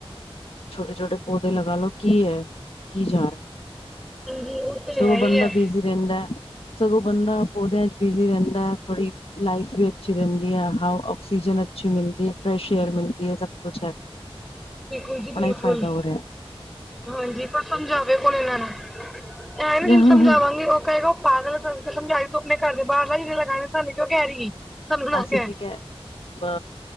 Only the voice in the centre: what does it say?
ਹਾਂਜੀ ਉਹ ਤੇ
ਹੈ
ਹੀ ਹੈ
ਬਿਲਕੁਲ
ਜੀ ਬਿਲਕੁਲ
ਹਾਂਜੀ ਪਰ ਸਮਝਾਵੇ ਕੋਣ ਇਹਨਾਂ ਨੂੰ ਐਂ
ਵੀ ਤੈਨੂੰ ਸਮਝਾਵਾਂਗੇ ਉਹ ਕ ਹੈਗਾ ਪਾਗਲ ਸਾਨੂੰ ਸਮਝ ਆਈ ਤੋਂ ਆਪਣੇ ਘਰ ਦੇ ਬਾਹਰ ਘਰ ਦੇ ਬਾਹਰ ਲਗਾਏ ਨੇ ਫਿਰ ਸਾਨੂੰ ਕੀ ਕਹਿ ਰਹੀ ਹੈ ਸਾਨੂੰ ਨਾ
ਕਹਿ